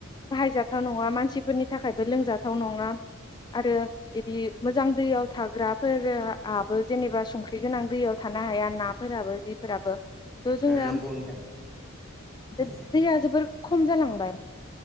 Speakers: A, on the left; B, in the centre.
A: बाहायजाथाव नङा मानसिफोरनि थाखायबो लोंजाथाव नङा आरो बिदि मोजां दैयाव थाग्राफोराबो जेनेबा संख्रि गोनां दैयाव थानो हाया नाफोराबो जिफोराबो थ' जोङो
B: नंगौ नोंथां
A: दैया
B: दे
A: जोबोर खम जालांबाय